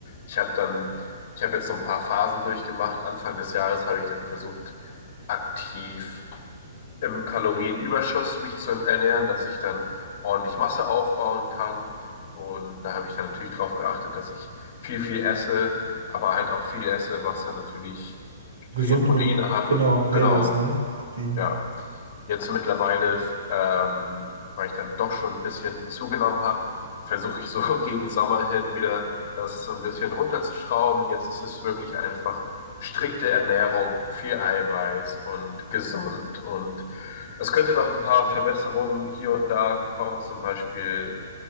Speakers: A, on the left (about 45°); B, on the right (about 70°).
A: Ich habe dann, ich habe jetzt so ein paar Phasen durchgemacht. Anfang des Jahres habe ich dann versucht, aktiv im Kalorienüberschuss mich zu ernähren, dass ich dann ordentlich Masse aufbauen kann. Und da habe ich dann natürlich darauf geachtet, dass ich viel, viel esse, aber halt auch viel esse, was dann natürlich
B: Gesund
A: viel Proteine
B: und
A: hat.
B: genau, Eiweiß,
A: Genau.
B: ne? Proteine.
A: Ja, jetzt mittlerweile, ähm, weil ich dann doch schon ein bisschen zugenommen habe, versuche ich so <laughs> gegen Sommer hin wieder das so ein bisschen runterzuschrauben. Jetzt ist es wirklich einfach strikte Ernährung, viel Eiweiß und gesund. Und es könnte noch ein paar Verbesserungen hier und da kommen, zum Beispiel